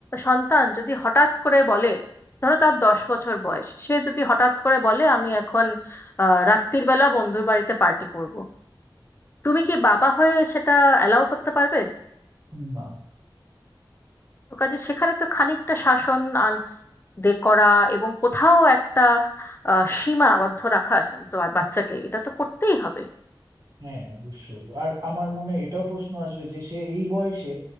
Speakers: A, on the left (about 25°); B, on the right (about 45°).
A: সন্তান যদি হঠাৎ করে বলে ধরো তার দশ বছর বয়স সে যদি হঠাৎ করে বলে আমি এখন আহ রাত্রির বেলা বন্ধুর বাড়িতে পার্টি করব। তুমি কি বাবা হয়ে সেটা অ্যালাউ করতে পারবে
B: না
A: তো কাজে সেখানে তো খানিকটা শাসন আন দে করা এবং কোথাও একটা আহ সীমাবদ্ধ রাখা তো বাচ্চাকে এটা তো করতেই হবে
B: হ্যাঁ অবশ্যই আর আমার মনে এটাও প্রশ্ন আসবে যে সে এই বয়সে